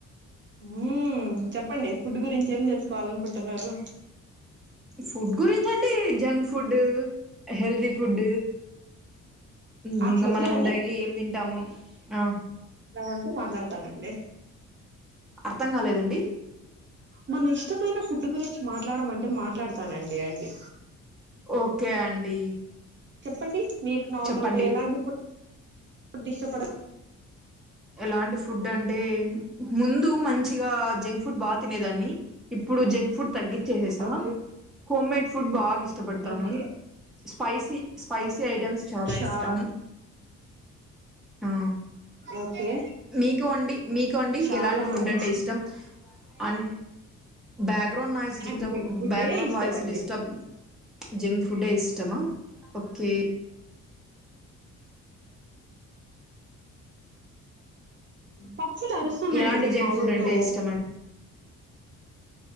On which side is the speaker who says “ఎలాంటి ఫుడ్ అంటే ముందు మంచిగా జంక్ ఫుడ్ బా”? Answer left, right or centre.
Centre